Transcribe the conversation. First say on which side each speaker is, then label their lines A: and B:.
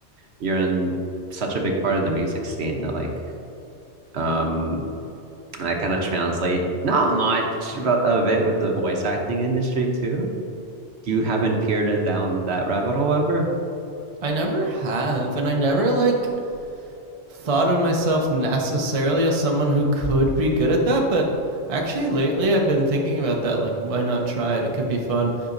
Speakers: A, on the right; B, on the right.
A: you're in such a big part of the music scene that like, um, and I kind of translate not much about, of it with the voice acting industry too. You haven't peered in down that rabbit hole ever?
B: I never have and I never like thought of myself necessarily as someone who could be good at that, but actually lately I've been thinking about that. Like, why not try it? It could be fun.